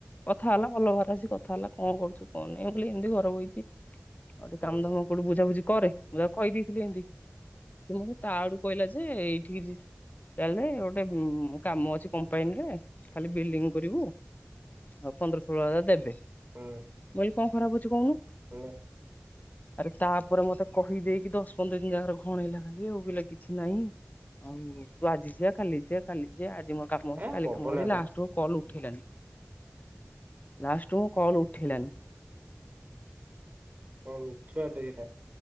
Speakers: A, on the left (about 35°); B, on the right (about 45°).
A: କଥା ହେଲା ଭଲ ଭାବରେ ଆସି କଥା ହେଲା କଣ କରୁଚୁ କଣ ନାହିଁ ବୋଲି ଏମିତି ଘର ବହିଚି। ଆଉ ଟିକେ
B: ହୁଁ
A: କାମଧାମ କୋଉଠି ବୁଝାବୁଝି କରେ ବୁଝା କହିଦେଇଥିଲେ ଏମିତି। ସେ ମତେ ତା ଆଡୁ କହିଲା ଯେ ଏଇଠିକି ଚାହଲେ ଗୋଟେ କାମ ଅଛି କମ୍ପାନୀରେ ଖାଲି ବିଲ୍ଡିଂ କରିବୁ। ଆଉ ପନ୍ଦର ଷୋହଳ ହଜାର ଦେବେ।
B: ହଁ।
A: ମୁଁ କହିଲି କଣ ଖରାପ ଅଛି କହୁନୁ?
B: ନାଁ।
A: ଆରେ ତାପରେ ମତେ କହିଦେଇକି ଦଶ ପନ୍ଦର ଦିନ ଯାକାରେ ଘଣେଇଲା ଖାଲି ଆଉିଲା କିଛି ନାହିଁ। ଆଉ ତୁ ଆଜି ଯା କାଲି ଯିଆ କାଲି ଯା ଆଜି ମୋ କାମ ଅଛି
B: ଏ
A: କାଲି
B: ପବନା
A: କାମ ଅଛି
B: ଟା
A: ଲାଷ୍ଟକୁ କଲ ହେଲାଣି ଲାଷ୍ଟ କୁ କଲ ଉଠେଇଲାନି।
B: ହଁ ମିଛୁଆ ଟେ ଏଇଟା।